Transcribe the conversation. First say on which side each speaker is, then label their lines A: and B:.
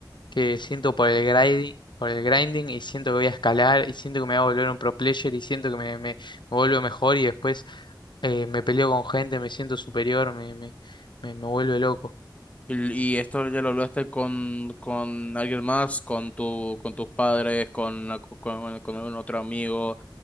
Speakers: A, on the left (about 65°); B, on the left (about 15°).
A: que siento por el grinding, por el grinding y siento que voy a escalar y siento que me voy a volver un pro player y siento que me, me- me vuelvo mejor y después eh, me peleo con gente, me siento superior, me, me, me, me vuelve loco.
B: Y, y esto ya lo hablaste con, con alguien más, con tu, con tus padres, con, la- con, con algún otro amigo,